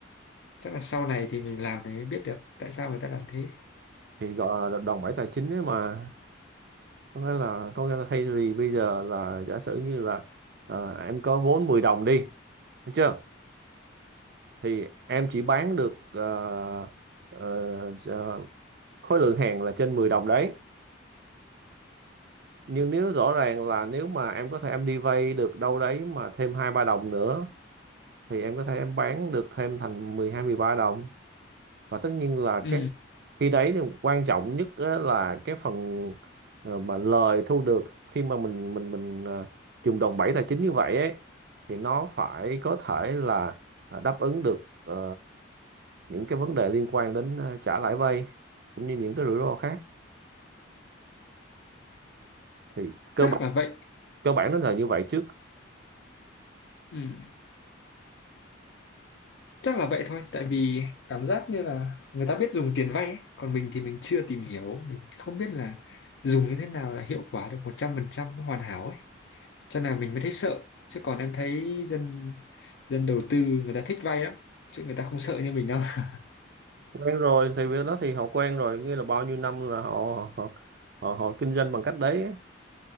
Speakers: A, on the left; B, on the right.
A: chắc là sau này thì mình làm thì mới biết được tại sao người ta làm thế
B: thì gọi là đòn bẩy tài chính ấy mà có nghĩa là có nghĩa là thay vì bây giờ là giả sử như là ờ, em có vốn 10 đồng đi được chưa thì em chỉ bán được ờ, ờ, ờ, khối lượng hàng là trên 10 đồng đấy nhưng nếu rõ ràng là nếu mà em có thể em đi vay được đâu đấy mà thêm hai ba đồng nữa thì em có thể em bán được thêm thành mười hai mười ba đồng và tất nhiên là
A: ừ
B: cái khi đấy thì quan trọng nhất á là cái phần ờ, mà lời thu được khi mà mình mình mình ờ, dùng đòn bẩy tài chính như vậy ấy thì nó phải có thể là ờ, đáp ứng được ờ, những cái vấn đề liên quan đến ờ, trả lãi vay cũng như những cái rủi ro khác thì cơ
A: chắc
B: bản
A: là vậy
B: cơ bản nó là như vậy trước
A: ừ Chắc là vậy thôi, tại vì cảm giác như là người ta biết dùng tiền vay ấy, còn mình thì mình chưa tìm hiểu, mình không biết là dùng như thế nào là hiệu quả được 100% hoàn hảo ấy, cho nên là mình mới thấy sợ. Chứ còn em thấy dân dân đầu tư người ta thích vay lắm, chứ người ta không sợ như mình đâu. <laughs>
B: quen rồi thì việc đó thì họ quen rồi nghĩa là bao nhiêu năm là họ họ họ, họ, họ kinh doanh bằng cách đấy ấy.